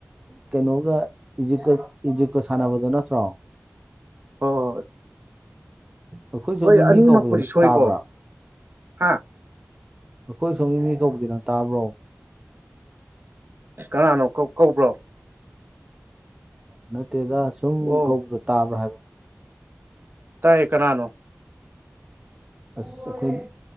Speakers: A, on the right; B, on the right.
A: ꯀꯩꯅꯣꯒ ꯏꯖꯤꯞꯀ ꯏꯖꯤꯞꯀ ꯁꯥꯟꯅꯕꯗꯣ ꯅꯠꯇ꯭ꯔꯣ꯫
B: ꯍꯣꯏ ꯍꯣꯏ
A: ꯑꯩꯈꯣꯏ ꯁꯣꯝꯒꯤ
B: ꯍꯣꯏ ꯑꯅꯤꯃꯛꯄꯨꯗꯤ
A: ꯃꯤ ꯀꯧꯕꯗꯨ ꯅꯪ
B: ꯁꯣꯏꯀꯣ
A: ꯇꯥꯕ꯭ꯔꯥ
B: ꯍꯥ
A: ꯑꯩꯈꯣꯏ ꯁꯣꯝꯒꯤ ꯃꯤ ꯀꯧꯄꯁꯤ ꯇꯥꯕ꯭ꯔꯣ
B: ꯀꯅꯥꯅꯣ ꯀꯧꯕ꯭ꯔꯣ
A: ꯅꯠꯇꯦꯗ ꯁꯨꯝ
B: ꯑꯣ
A: ꯀꯧꯕꯗ ꯇꯥꯕ꯭ꯔꯥ ꯍꯥꯏꯕ
B: ꯇꯥꯏ ꯀꯅꯥꯅꯣ꯫
A: ꯑꯁ ꯑꯩꯈꯣꯏ